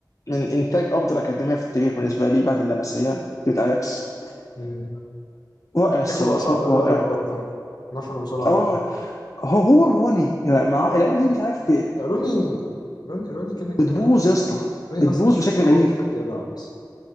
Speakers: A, on the left; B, on the left.
A: من انتاج افضل اكاديميه في التاريخ بالنسبه لي بعد اللمسيه ضد اياكس
B: مم.
A: رائع الصراحه
B: شكله بقى صعب قوي
A: رائع
B: بعد ما بطل نفخ بسرعة
A: اه
B: قوي
A: هو هو روني مع اللعيبه دي مش عارف
B: لا روني روني روني كده كده
A: بتبوظ
B: يعني.
A: يا اسطى
B: روني
A: بتبوظ
B: اصلا
A: بشكل
B: تخن
A: غريب
B: وهو لسه بيلعب اصلا